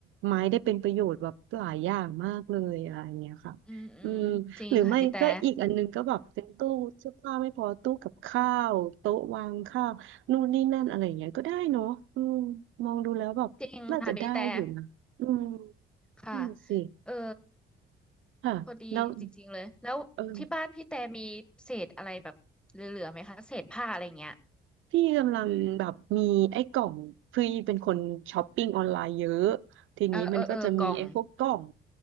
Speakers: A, on the right; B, in the centre.
A: ไม้ได้เป็นประโยชน์แบบหลายอย่างมากเลยอะไรอย่างเงี้ยค่ะ
B: อืมอืมจริงค่ะพี่แต่
A: อืมหรือไม่ก็อีกอันนึงก็แบบเป็นตู้เสื้อผ้าไม่พอตู้กับข้าวโต๊ะวางข้าวนู่นนี่นั่นอะไรอย่างเงี้ยก็ได้เนาะอืมมองดูแล้วแบบน่าจะได้อยู่นะอืม
B: จริงค่ะพี่แต่ค่ะ
A: นั่นสิ
B: เออ
A: ค่ะแล้ว
B: พอดีจริงๆเลยแล้วที่บ้านพี่แต่มีเศษอะไรแบบเหลือๆไหมคะเศษผ้าอะไรเงี้ย
A: เออพี่กำลังแบบมีไอ้กล่องพี่เป็นคนช้อปปิ้งออนไลน์เยอะทีนี้มันก็จะมีไอ้พวกกล่อง
B: เออเออเออกล่อง